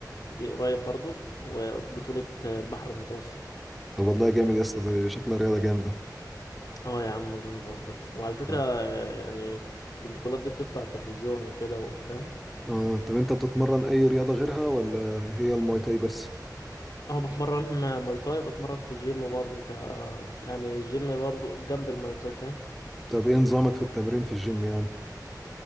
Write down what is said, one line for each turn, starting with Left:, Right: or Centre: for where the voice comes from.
Left: دي قريب برضو وبطولة البحر المتوسط
Centre: طب والله جامد يا اسطى دي شكلها رياضة جامدة
Left: اه يا عم جامدة والله وعلى فكرة
Centre: آه.
Left: آه، يعني البطولات دي بتطلع على التلفزيون وكده وفاهم
Centre: اه طب انت بتتمرن اي رياضة غيرها ولا هي الماي تاي بس
Left: اه بتمرن ماي تاي بتمرن في الجيم برضو ك يعني الجيم برضو جنب الماي تاي فاهم
Centre: طب ايه نظامك في التمرين في الجيم يعني